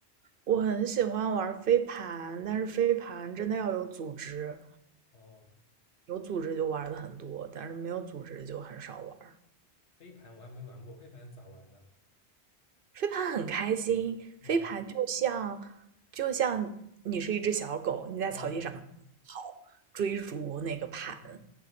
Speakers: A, on the right (about 60°); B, on the left (about 90°).
A: 我很喜欢玩飞盘，但是飞盘真的要有组织，
B: 哦，
A: 有组织就玩的很多，但是没有组织就很少玩
B: 飞盘我还没玩过，飞盘咋玩的？
A: 飞盘很开心，
B: 嗯，
A: 飞盘就像就像你是一只小狗，你在草地上跑，
B: 哦，
A: 追逐那个盘，
B: 哦